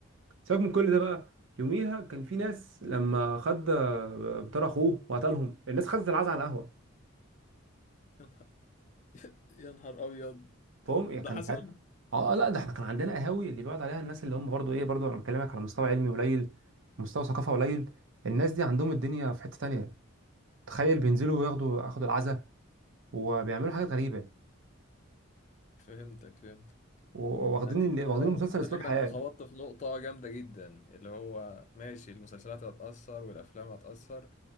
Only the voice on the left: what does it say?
يا نهار يا نهار أبيض
ده
حصل
فهمتك فهمت
يعني انت
على
فكرة
انت خبطت في نقطة جامدة جدا اللي هو ماشي المسلسلات هتأثر والأفلام هتأثر